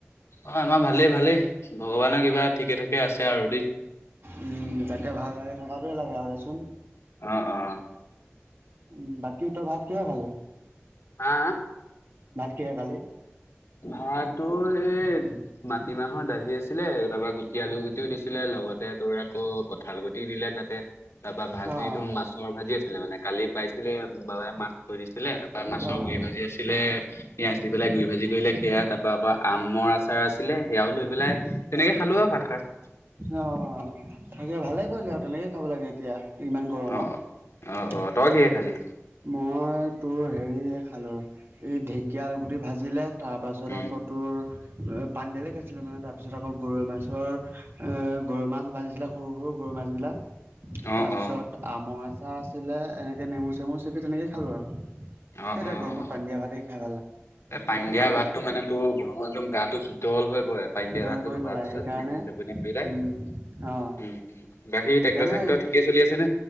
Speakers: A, on the left; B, on the right.
A: অ আমাৰ ভালেই ভালেই ভগৱানৰ কৃপাত ঠিকে ঠাকে আছে আৰু দেই।
B: উম তাকে ভাল থকাটোৱে লাগে আৰু দেচোন
A: অ অ
B: উ বাকী তই ভাত কিহে খালি
A: হা
B: ভাত কিহে খালি
A: ভাতো এই মাটিমাহৰ দালি আছিলে তাৰাপৰা গুটি আলু গুটিও দিছিলে লগতে তোৰ আকৌ কঁঠাল গুতি দিলে তাতে তাৰ পৰা ভাজি
B: অ',
A: তো মাছৰ ভাজি আছিলে মানে কালি পাইছিলে বাবাই মাছ থৈ দিছিলে তাৰ মাছৰ
B: অ'।
A: গুৰি ভাজি আছিলে পিঁয়াজ দি পেলাই গুৰি ভাজি কৰিলে সেয়া তাৰ পৰা আকৌ আমৰ আচাৰ আছিল আছিলে সেয়াও লৈ পেলাই তেনেকে খালো আৰু ভাত সাঁজ
B: অ তাকে ভালে কৰিলি আৰু তেনেকেই খাব লাগে এতিয়া ইমান গৰমত
A: অ', অ', অ', তই কিহে খালি
B: মই তোৰ হেৰি খালো এই ঢেকীয়া আলু গুটি ভাজিলে তাৰ পাছত
A: উম,
B: আকৌ তোৰ পানী দালি খাইছিলো মানে ত ত পিছত আকৌ গৰৈ মাছৰ গৰৈ মাছ ভাজিছিলে সৰু সৰু গৰৈ মাছবিলাক
A: অ',
B: তাৰ পিছত
A: অ',
B: আমৰ আঁচাৰ আছিলে এনেকে নেমু চেমু চেপি তেনেকে খালো আৰু
A: অ',
B: এতিয়া
A: অ',
B: গৰমত
A: অ'।
B: পানী দিয়া ভাতে খাম
A: এ পান দিয়া ভাতটো মানে তোৰ ঘৰৰ একদম গাটো শীতল হৈ পৰে পাই
B: শীতল
A: দিয়া ভাতটো
B: কৰি
A: খোৱাৰ
B: পেলাই
A: পিছত
B: সেইকাৰণে
A: নেমু চেপি দি পেলাই
B: উম অঁ
A: উম বাকী
B: সেইকাৰণে
A: ট্ৰেক্টৰ চেক্টৰ ঠিকেই চলি আছে নে